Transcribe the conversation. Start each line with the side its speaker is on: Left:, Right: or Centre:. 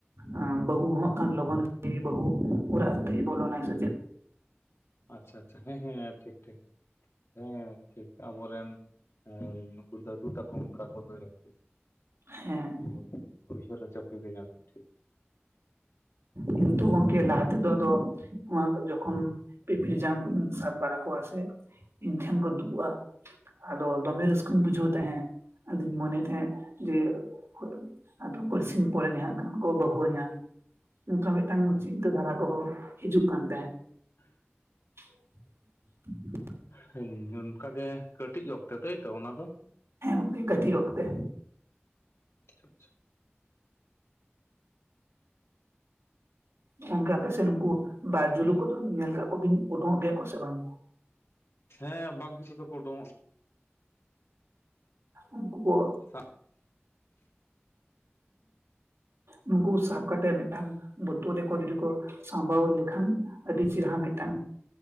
Right: ᱟᱸ ᱵᱟᱹᱦᱩ ᱦᱟᱸᱜ ᱠᱷᱟᱱ ᱞᱚᱜᱚᱱ ᱜᱮ ᱵᱟᱹᱦᱩ ᱯᱩᱨᱟᱜ ᱛᱮᱭ ᱵᱚᱞᱚᱱᱟᱭ ᱥᱮᱪᱮᱫ?
Left: ᱟᱪᱪᱷᱟ ᱟᱪᱪᱷᱟ ᱦᱮᱸ ᱦᱮᱸ ᱴᱷᱤᱠ ᱴᱷᱤᱠ ᱦᱮᱸ ᱴᱷᱤᱠ ᱟᱵᱚᱨᱮᱱ ᱮᱸᱭ ᱱᱩᱠᱩ ᱫᱟᱫᱩ ᱛᱟᱠᱚ ᱚᱱᱠᱟ ᱠᱚ ᱞᱟᱹᱭᱟ ᱟᱨᱠᱤ᱾
Right: ᱦᱮᱸ᱾
Left: ᱦᱳᱭ ᱩᱭᱦᱟᱹᱨ ᱦᱚᱪᱚ ᱠᱤᱫᱤ ᱧᱟᱢ ᱴᱷᱤᱠ᱾
Right: ᱠᱤᱱᱛᱩ ᱜᱚᱝᱠᱮ ᱞᱟᱦᱟ ᱛᱮ ᱫᱚ ᱟᱫᱚ ᱱᱚᱣᱟ ᱠᱚ ᱡᱚᱠᱷᱚᱱ ᱯᱤᱯᱤᱲᱤ ᱡᱟᱝ ᱠᱩᱧ ᱥᱟᱵ ᱵᱟᱲᱟ ᱠᱚᱣᱟ ᱥᱮ ᱤᱧ ᱴᱷᱮᱱ ᱠᱚ ᱫᱩᱲᱩᱵ-ᱟ, ᱟᱫᱚ ᱫᱚᱢᱮ ᱨᱟᱹᱥᱠᱟᱹᱧ ᱵᱩᱡᱷᱟᱹᱣ ᱛᱟᱦᱮᱸᱫ ᱟᱫᱩᱧ ᱢᱚᱱᱮ ᱛᱟᱦᱮᱸᱫ ᱡᱮ ᱦᱳ ᱟᱫᱚ ᱵᱟᱨ ᱥᱤᱧ ᱯᱚᱨᱮᱜᱮ ᱦᱟᱸᱜ ᱠᱷᱟᱱ ᱠᱚ ᱵᱟᱹᱦᱩᱣᱟᱹᱧᱟ ᱚᱱᱠᱟ ᱢᱮᱫᱴᱟᱝ
Left: ᱟᱪᱪᱷᱟ
Right: ᱪᱤᱱᱛᱟᱹ ᱫᱷᱟᱨᱟ ᱠᱚᱦᱚᱸ ᱦᱤᱡᱩᱜ ᱠᱟᱱ ᱛᱟᱦᱮᱸᱫ᱾
Left: <inaudible>
Right: <inaudible>
Left: ᱦᱩᱸ ᱚᱱᱠᱟᱜᱮ ᱠᱟᱹᱴᱤᱡ ᱚᱠᱛᱮ ᱛᱟᱹᱭᱛᱚ ᱚᱱᱟ ᱫᱚ?
Right: ᱦᱮᱸ ᱜᱚᱝᱠᱮ ᱠᱟᱹᱴᱤᱡ ᱚᱠᱛᱮ᱾
Left: <inaudible>
Right: ᱜᱚᱝᱠᱮ ᱟᱯᱮ ᱥᱮᱫ ᱱᱩᱠᱩ ᱵᱟᱜᱡᱩᱞᱩ ᱠᱚᱫᱚ ᱧᱮᱞ ᱠᱟᱜ ᱠᱚᱵᱤᱱ ᱚᱰᱳᱝᱚᱜ ᱜᱮᱭᱟ ᱠᱚ ᱥᱮ ᱵᱟᱝ?
Left: ᱦᱮᱸ ᱵᱟᱠ ᱡᱩᱞᱩ ᱫᱚᱠᱚ ᱚᱰᱳᱝᱚᱜ
Right: ᱩᱱᱠᱩ ᱠᱚ
Left: ᱦᱮᱸ
Right: ᱱᱩᱠᱩ ᱥᱟᱵ ᱠᱟᱛᱮ ᱢᱮᱫᱴᱟᱝ ᱵᱳᱛᱳᱞ ᱨᱮᱠᱚ ᱡᱩᱫᱤ ᱠᱚ ᱥᱟᱸᱵᱟᱣ ᱞᱮᱠᱷᱟᱱ ᱟᱹᱰᱤ ᱪᱮᱨᱦᱟ ᱢᱮᱫᱴᱟᱝ